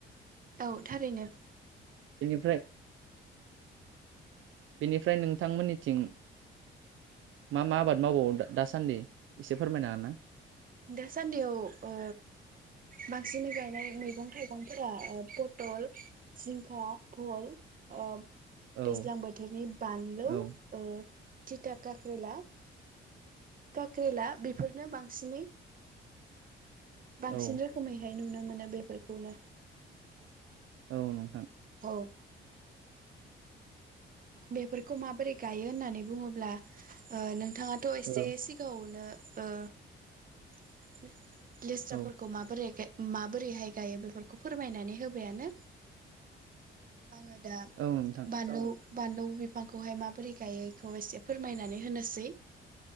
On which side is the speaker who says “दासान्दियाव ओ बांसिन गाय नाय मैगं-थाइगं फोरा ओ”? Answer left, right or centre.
Right